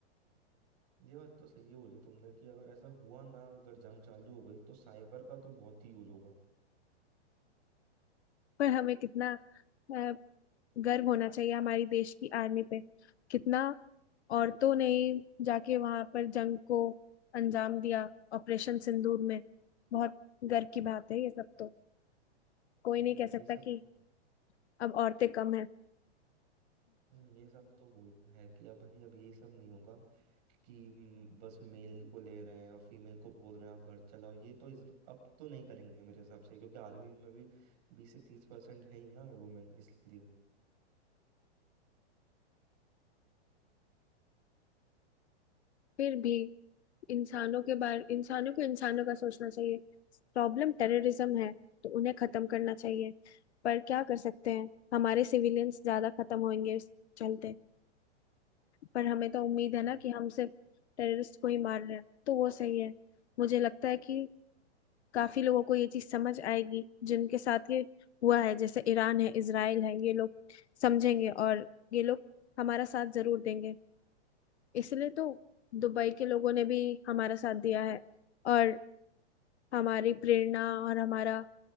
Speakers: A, on the right; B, on the left.
A: ये बात तो सही है बोली तुमने कि अगर ऐसा हुआ ना अगर जंग चालू हो गई तो साइबर का तो बहुत ही यूज होगा
B: पर हमें कितना अ, गर्व होना चाहिए हमारी देश की आर्मी पे कितना औरतों ने ही जाके वहां पर जंग को अंजाम दिया ऑपरेशन सिंदूर में बहुत गर्व की बात है ये सब तो कोई
A: हम्म
B: नहीं कह सकता
A: ये सब
B: कि अब औरतें कम है
A: हम्म, ये सब तो भूल है कि अब भाई अब ये सब नहीं होगा कि हम्म, बस मेल को ले रहे हैं और फीमेल को बोल रहे हैं आप घर चलाओ ये तो इस अब तो नहीं करेंगे मेरे हिसाब से क्योंकि आर्मी में भी बीस से तीस परसेंट है ही ना वुमेन इसलिए
B: फिर भी इंसानों के बारे इंसानों को इंसानों का सोचना चाहिए प्रॉब्लम टेररिज्म है तो उन्हें खत्म करना चाहिए पर क्या कर सकते हैं हमारे सिविलियंस ज्यादा खत्म होंगे इस चलते पर हमें तो उम्मीद
A: हम्म
B: है ना कि हम सिर्फ टेररिस्ट को ही मार रहे हैं तो वो सही है मुझे लगता है कि काफी लोगों को ये चीज समझ आएगी जिनके साथ ये हुआ है जैसे ईरान है इसराइल है ये लोग समझेंगे और ये लोग हमारा साथ जरूर देंगे इसलिए तो दुबई के लोगों ने भी हमारा साथ दिया है और हमारी प्रेरणा और हमारा